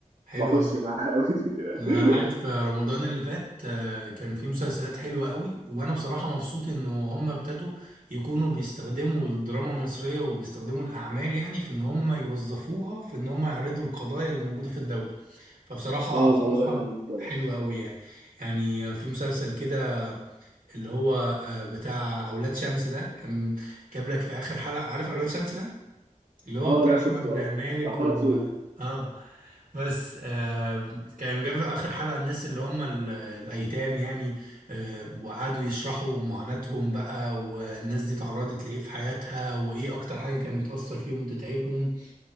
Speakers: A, on the right; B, on the right.
A: حلو
B: بخش
A: أوي
B: معاها أوي. <laughs>
A: آه، عارف آه، رمضان اللي فات آه، كان فيه مسلسلات حلوة قوي وانا بصراحة مبسوط انه هم ابتدوا يكونوا بيستخدموا الدراما المصرية وبيستخدموا الاعمال يعني في ان هم يوظفوها في ان هم يعرضوا القضايا اللي موجودة في الدولة فبصراحة
B: اه
A: بصراحة
B: الموضوع ده كان كويس
A: حلوة قوي يعني يعني آه، في مسلسل كده اللي هو آه، بتاع اولاد شمس ده كان جاب لك في اخر حلقة عارف اولاد شمس ده اللي هو
B: اه
A: بتاع
B: لا
A: احمد
B: شفته
A: مالك
B: اه بتاع
A: و
B: طه دسوقي
A: اه بس آه كان جاب اخر حلقه الناس اللي هم ال- الايتام يعني آه وقعدوا يشرحوا معاناتهم بقى والناس دي تعرضت لايه في حياتها وايه اكتر حاجه كانت بتاثر فيهم بتتعبهم